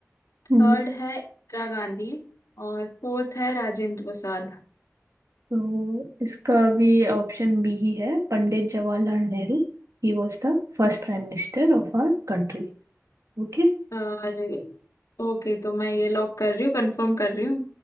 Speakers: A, on the left; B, on the right.
A: थर्ड
B: हम्म,
A: है इंदिरा गांधी और फोर्थ है राजेंद्र प्रसाद
B: तो इसका भी ऑप्शन बी ही है Pandit Jawaharlal Nehru He was the first prime minister of our country Okay
A: और ओके तो मैं ये लॉक कर रही हूँ कंफर्म कर रही हूँ